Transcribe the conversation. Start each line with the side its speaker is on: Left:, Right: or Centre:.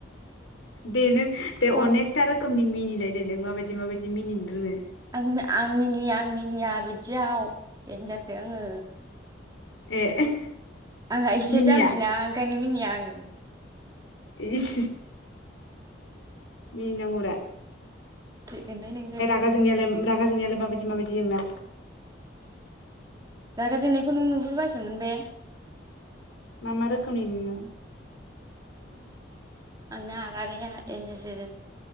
Left: दे नों अनेक
Right: खन
Left: अनेखथा रोखोमनि मिनिलाय देनाय नों माबायदि माबायदि मिनिनो रोङो।
Right: आं आं मिनिया आं मिनिया बिदियाव देनजारसो आङो।
Left: ए।
Right: आंहा एसे
Left: मिनिया
Right: दामि ना ओंखायनो मिनिया आङो।
Left: इस मिनिनांगौरा।
Right: थैगोनलै नोंजों
Left: रागा जोंनायालाय रागा जोंनायलाय माबायदि माबायदि नोंना
Right: रागा जोंनायखौ नों नुहुरबासोमोन बे
Left: मा मा रोखोमनि नोंङो
Right: आंना रागाया देनजारसो